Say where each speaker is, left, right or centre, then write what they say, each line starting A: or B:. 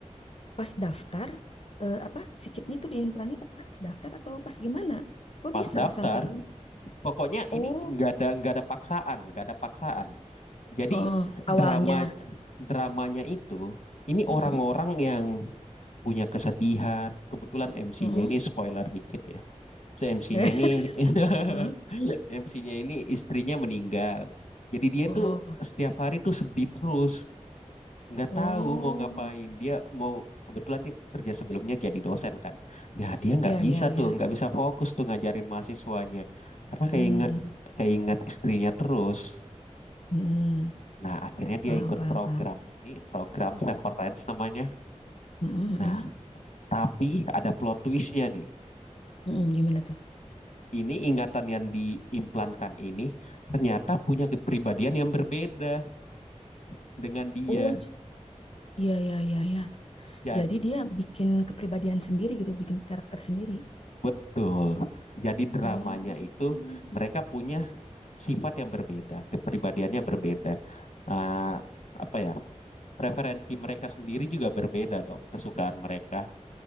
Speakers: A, on the left (about 55°); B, on the left (about 70°).
A: pas daftar eh, apa si chipnya tuh diimplannya pas daftar atau pas gimana? Gue
B: pas
A: bisa
B: daftar
A: sampai
B: pokoknya ini
A: oh
B: nggak ada nggak ada paksaan nggak ada paksaan jadi
A: heeh,
B: drama
A: awalnya
B: dramanya itu ini orang-orang
A: Heeh,
B: yang punya kesedihan kebetulan MC-nya
A: heeh,
B: ini spoiler dikit ya so MC-nya
A: <laughs>
B: ini <laughs>
A: heeh,
B: MC-nya ini istrinya meninggal jadi dia tuh
A: oh
B: setiap hari tuh sedih terus nggak
A: oh
B: tahu mau ngapain dia mau kebetulan dia kerja sebelumnya jadi dosen kan nah dia nggak
A: ya
B: bisa
A: ya ya
B: tuh nggak bisa fokus tuh ngajarin mahasiswanya karena keinget
A: hmm
B: keinget istrinya terus
A: hmm
B: nah akhirnya dia
A: paham
B: ikut
A: paham
B: program
A: paham
B: ini program Severance namanya
A: Heeh,
B: nah
A: heeh,
B: tapi ada plot twistnya nih
A: heeh, gimana tuh?
B: ini ingatan yang diimplankan ini ternyata punya kepribadian yang berbeda dengan dia
A: Oh j- ya ya iya ya
B: jadi
A: jadi dia bikin kepribadian sendiri gitu bikin karakter sendiri.
B: betul jadi dramanya
A: Oh,
B: itu
A: mm.
B: mereka punya sifat yang berbeda, kepribadiannya berbeda. Ah, apa ya? Preferensi mereka sendiri juga berbeda dong, kesukaan mereka.